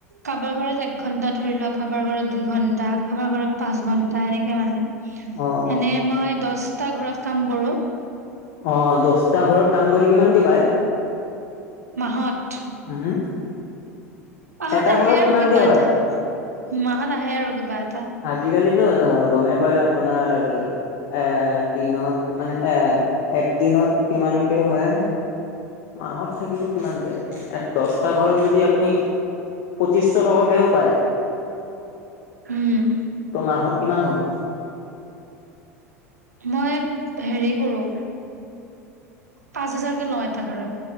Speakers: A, on the right (about 80°); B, on the left (about 50°).
A: কাৰোবাৰ ঘৰত এক ঘন্টা ধৰি লোৱা, কাৰোবাৰ ঘৰত দুই ঘন্টা, কাৰোবাৰ ঘৰত পাঁচ ঘন্টা, এনেকে মানে।
B: অ অ
A: এনে, মই দছটা ঘৰত কাম কৰো।
B: অ', দছটা ঘৰত কাম কৰে কিমানকে পায়।?
A: মাহত
B: উম,
A: মাহত,
B: এটা
A: আহে
B: ঘৰত
A: আৰু
B: কিমানকে
A: কিবা
B: হয়
A: এটা। মাহত আহে আৰু কিবা এটা।
B: আজি, কালিতো গমেই পাই আপোনাৰ এ দিনত মানে এ এক দিনত কিমানকে হয়? মাহত থাকিব কিমানকে, দহটা ঘৰত যদি আপুনি পঁচিছশ টকাকেও পায়।
A: উম,
B: ত' মাহত কিমান হ'ব?
A: মই, হেৰি কৰো। পাঁচ হাজাৰকে লওঁ এটা ঘৰত।